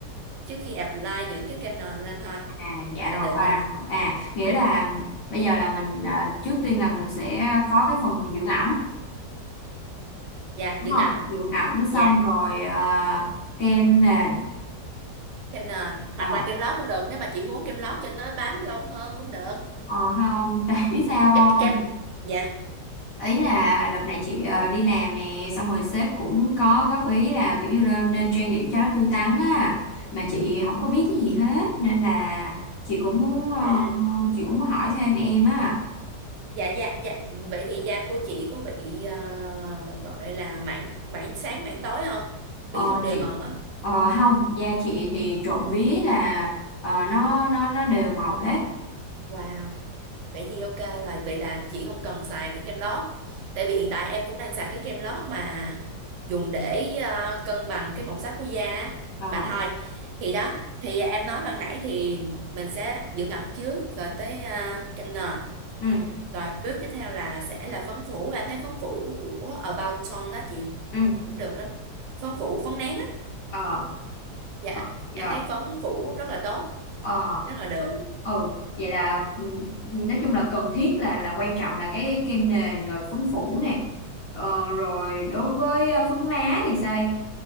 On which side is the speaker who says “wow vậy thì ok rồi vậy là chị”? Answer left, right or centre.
Right